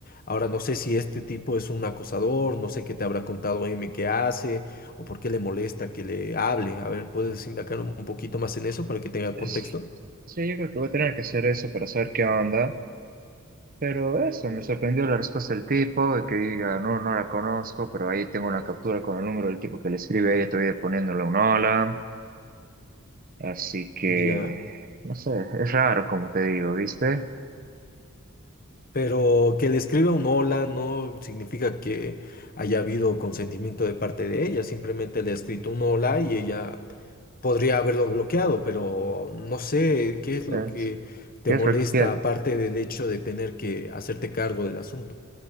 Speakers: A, on the left (about 45°); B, on the right (about 40°).
A: Ahora no sé si este tipo es un acosador, no sé qué te habrá contado M que hace o por qué le molesta que le hable. A ver, ¿puedes indagar un poquito más en eso para que tenga
B: Es-
A: contexto?
B: sí, yo creo que voy a tener que hacer eso para saber qué onda. Pero eso, me sorprendió la respuesta del tipo, de que diga, no, no la conozco, pero ahí tengo una captura con el número del tipo que le escribe, ella todavía poniéndole un hola. Así que,
A: Ya.
B: no sé, es raro como te digo, ¿viste?
A: Pero que le escriba un hola no significa que haya habido consentimiento de parte de ella, simplemente le ha escrito un hola y ella podría haberlo bloqueado, pero no sé qué es
B: Es,
A: lo que te
B: ¿qué
A: molesta
B: es lo que quiere?
A: aparte del hecho de tener que hacerte cargo del asunto.